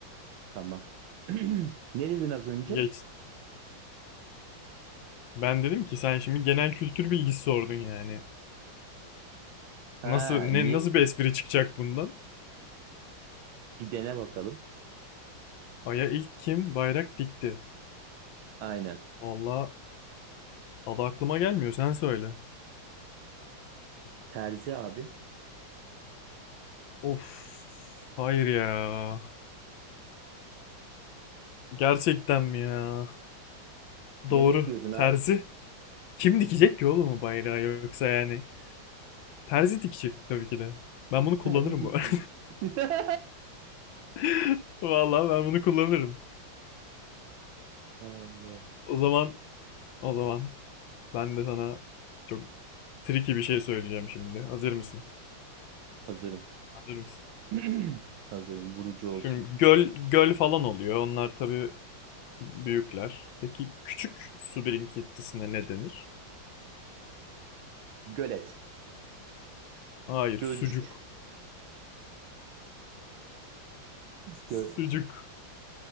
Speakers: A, on the right; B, on the left.
A: Tamam. <clears throat> Ne dedin az önce?
B: Geç. Ben dedim ki sen şimdi genel kültür bilgisi sordun yani.
A: Ha,
B: Nasıl ne
A: niye?
B: nasıl bir espri çıkacak bundan?
A: Bir dene bakalım.
B: Ay'a ilk kim bayrak dikti?
A: Aynen.
B: Vallahi adı aklıma gelmiyor sen söyle.
A: Terzi abi.
B: Of hayır ya. Gerçekten mi ya?
A: Ne
B: Doğru.
A: bekliyordun abi?
B: Terzi. Kim dikecek ki oğlum o bayrağı yoksa yani? Terzi dikecek tabii ki de. Ben bunu kullanırım
A: Terzi dik
B: bu arada.
A: mi? <laughs>
B: <laughs> Vallahi ben bunu kullanırım.
A: Ha,
B: O zaman o zaman ben de sana çok tricky bir şey söyleyeceğim şimdi. Hazır mısın?
A: Hazırım.
B: Hazır mısın?
A: <clears throat> Hazırım. Vurucu olsun.
B: Şimdi göl göl falan oluyor. Onlar tabii büyükler. Peki küçük su birikintisine ne denir?
A: Gölet.
B: Hayır,
A: Gölcük.
B: sucuk.
A: Gö
B: Sucuk.